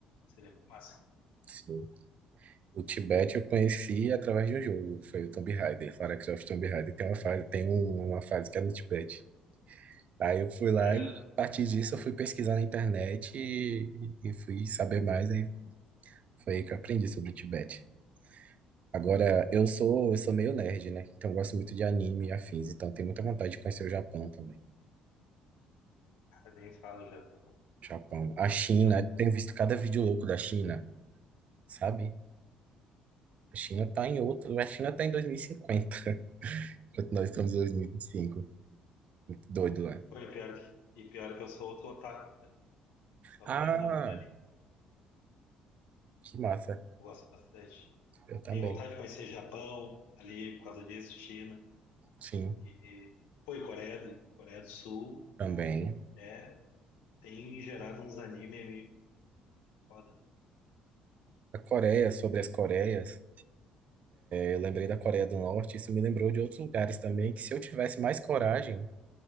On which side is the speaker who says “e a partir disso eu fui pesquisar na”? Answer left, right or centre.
Right